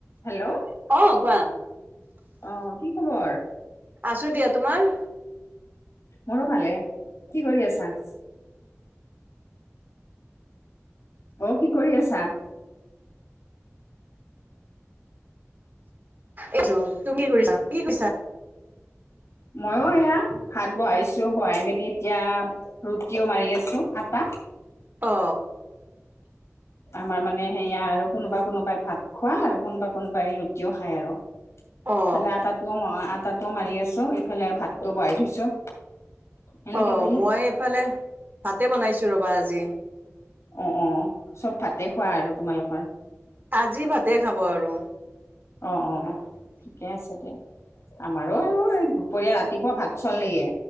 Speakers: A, on the left; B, on the right.
A: হেল্ল
B: অ, কোৱা।
A: অ, কি খবৰ?
B: আছো দিয়া, তোমাৰ?
A: মৰো ভালে। কি কৰি আছা? অ কি কৰি আছা?
B: এইটো তুমি কি কৰিছা? কি কৰছা?
A: মইও এয়া ভাত বহাইছো। বহাই মেলি এতিয়া ৰুটিও মাৰি আছো, আটা।
B: অ।
A: আমাৰ মানে সেয়া আৰু কোনোবা কোনোবাই ভাত খোৱা আৰু কোনোবা কোনোবাই ৰুটিও খায় আৰু। এফালে
B: অ
A: আটাটোও আটাটোও মাৰি আছো, ইফালে ভাতটো বহাই থৈছো। এনেকে
B: অ
A: বুলি
B: মই এইফালে ভাতে বনাইছো ৰ'বা আজি।
A: অ, অ চব ভাতে খোৱা আৰু তোমালোকৰ।
B: আজি ভাতে খাব আৰু।
A: অ, অ, অ, ঠিকে আছে দিয়া। আমাৰো এই দুপৰীয়া ৰাতিপুৱা ভাত চলেয়ে।